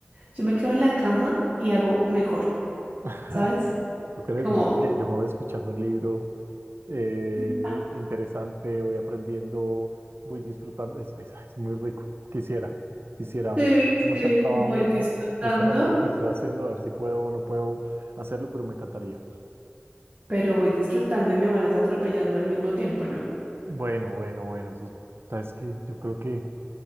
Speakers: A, on the right; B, on the right.
A: yo me quedo en la cama y hago mejor,
B: <laughs>
A: ¿sabes?
B: ¿Tú crees?
A: Como,
B: No, porque yo me voy escuchando un libro eh,
A: mm,
B: interesante, voy aprendiendo, voy disfrutando. Es, es- es muy rico. Quisiera, quisiera. Vamos,
A: Sí,
B: cómo
A: sí,
B: está el trabajo,
A: voy disfrutando,
B: este remoto que estoy haciendo, a ver si puedo o no puedo hacerlo, pero me encantaría.
A: pero voy disfrutando y me van es atropellando al mismo tiempo, ¿no?
B: Bueno, bueno, bueno. Eso, sabes que yo creo que